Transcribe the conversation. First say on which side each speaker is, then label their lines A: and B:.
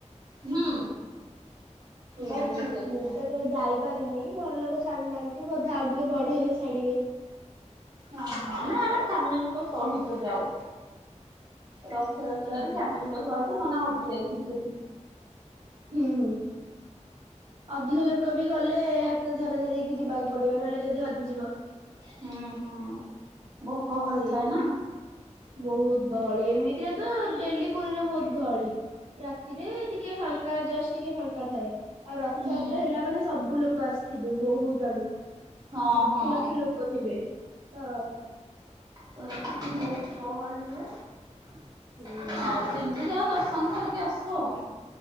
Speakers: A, on the right; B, on the right.
A: ହୁଁ
B: ଓହୋ
A: ବହୁତ ଥର ଯାଇଛୁ
B: ମୁଁ ତ କେବେ ଯାଇପାରିନି ଘର ଲୋକ ଛାଡୁନାହାନ୍ତି ବୋଧେ ଆଉ ଟିକେ ବଡ ହେଲେ ଛାଡିବେ।
A: ହଁ ହଁ ନା ଆମେ ଫ୍ୟାମିଲିଙ୍କ ସହିତ ଯାଉ--! ରଥଯାତ୍ରାରେ
B: ହୁଁ
A: ଫ୍ୟାମିଲିଙ୍କ ସହିତ ନନା ହଜି ଯାଇଥିଲେ ସେଠି।
B: ହୁଁ ହୁଁ ଅଧିକ ଲୋକ ବି ଗଲେ ହାତ ଧରା ଧରିିହେଇ କି ଯିବାକୁ ପଡିବ ନହେଲେ ଯଦି ହଜିଯିବ।
A: ହୁଁ ହୁଁ ବହୁତ ଗହଳି
B: ସେଇ
A: ଥାଏ ନା!
B: ବହୁତ ଗହଳି ଏମିତିରେ ତ ଡେଲି ପୁରୀରେ ବହୁତ ଗହଳିରାତି, ରେ ଟିକେ ଫାଙ୍କା ଜଷ୍ଟ ଟିକେ ଫାଙ୍କା ଥାଏ। ଆଉ ରଥଯାତ୍ରା
A: ହୁଁ
B: ହେଲା ମାନେ ସବୁ ଲୋକ ଆସିଥିବେ ବହୁତ ଆଡୁ।
A: ହଁ
B: ଲକ୍ଷ
A: ହଁ
B: ଲକ୍ଷ ଲୋକ ଥିବେ ତ
A: ତ ସେଥିକି ବହୁତ ଗହଳି ହୁଏ
B: ହୁଁ।
A: ଆଉ ଯେମିତି ଯାହା ଦର୍ଶନ କରିକି ଆସୁ ଆଉ।